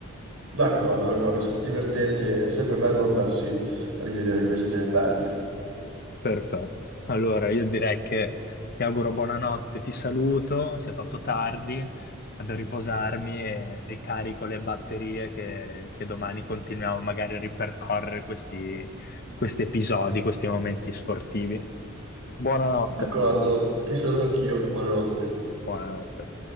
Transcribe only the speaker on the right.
D'accordo, d'accordo, è stato divertente, è sempre bello andarsi a rivedere queste perle.
D'accordo, ti saluto anch'io, buonanotte.